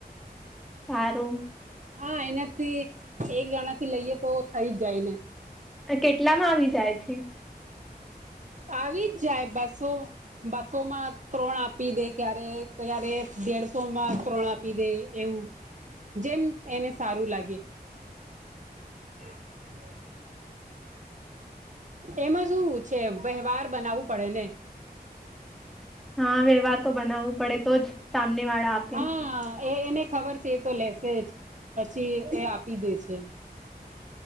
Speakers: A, in the centre; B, on the right.
A: સારું
B: હા એનાથી એક જણા થી લઈએ તો થઈ જ જાયને
A: કેટલામાં આવી જાય છે
B: આવી જાય બસો બસોમાં ત્રણ આપી દે ક્યારે ક્યારે દેડસો સોમા ત્રણ આપી દેય એવું જેમ એને સારું લાગે <inaudible> એમાં શું છે વ્યવહાર બનાવવું પડેને
A: હા વ્યવહાર તો બનાવવું પડે તો જ સામને વાળા આપે
B: હા એ એને ખબર છે એ તો લેસે જ પછી એ આપી દે છે